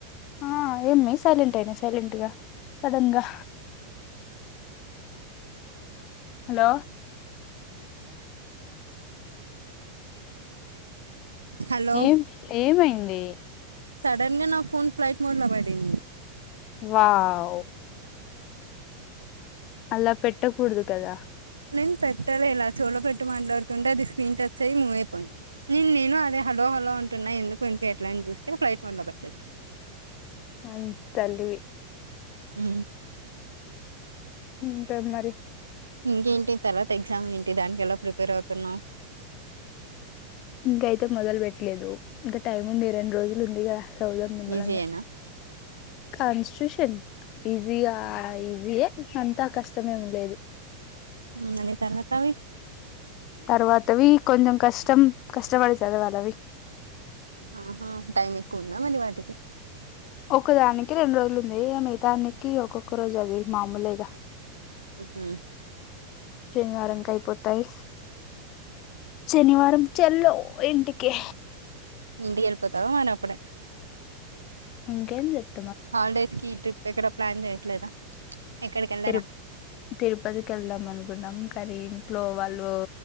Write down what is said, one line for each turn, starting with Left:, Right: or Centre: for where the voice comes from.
Left: ఆ ఏమి సైలెంట్ అయినవ్ సైలెంట్గ సడన్గా హలో!
Right: హలో
Left: ఏం ఏమైంది?
Right: సడన్గ నా ఫోన్ ఫ్లైట్ మోడ్లో పడిం
Left: వావ్ అలా పెట్టకూడదు కదా
Right: నేన్ పెట్టలె ఇలా చెవిలో పెట్టి మాట్లాడుతుంటే అది స్క్రీన్ టచ్ అయ్యి మూవ్ అయిపోయి నిన్ నేను అదే హలో హలో అంటున్నా ఎందుకు వినిపియట్లే అన్ చూస్తే ఫ్లైట్ మోడ్లో పడ్డది.
Left: అం తల్లివి
Right: మ్
Left: ఇంక మరి
Right: ఇంకేంటి తర్వాత ఎగ్జామ్ ఏంటి దానికెలా ప్రిపేర్ అవుతున్నావు?
Left: ఇంకైతే మొదల్ పెట్టలేదు ఇంకా టైం ఉంది రెండు రోజులు ఉందిగా చదుదాం నిమ్మలంగ
Right: ఈజీయేనా
Left: కాన్స్టిట్యూషన్ ఈసీగా ఈసీయే అంతా కష్టమేమి లేదు
Right: మ్ మరి తర్వాతవి
Left: తర్వాతవి కొంచం కష్టం కష్టపడి చదవాలవి
Right: ఆహా టైమ్ ఎక్కు ఉందా మరి వాటికి
Left: ఒకదానికి రెండు రోజులు ఉంది ఇగ మిగతా అన్నిటికి ఒక్కొక్క రోజే అది మామూలేగా
Right: మ్
Left: శనివారం కైపోతాయి శనివారం చల్లో ఇంటికే
Right: ఇంటికెళ్ళిపోతావా మనప్పుడే
Left: ఇంకేం జేత్
Right: హాల్డేస్కి ట్రిప్ ఎక్కడా ప్లాన్ చేయట్లేదా ఎక్కడికి వెళ్ళరా
Left: తిరు తిరుపతికెళ్దాం అనుకున్నాం కనీ ఇంట్లో వాళ్ళు